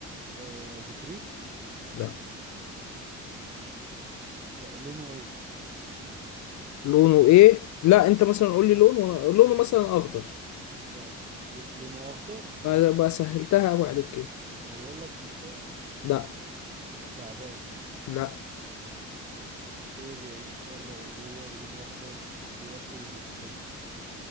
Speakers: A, on the right; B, on the left.
A: آه بطريق
B: لا
A: طب لونه إيه؟
B: لونه ايه لا انت مثلا قول لي لونه وانا لونه مثلا اخضر
A: طب ل... لونه أخضر؟
B: ما ما سهلتها قوي عليك كده
A: ما بقول لك تمساح
B: لا
A: تعبان
B: لا
A: ايه بيعيش بره وجوه ولونه اخضر وبياكل وبيتاكل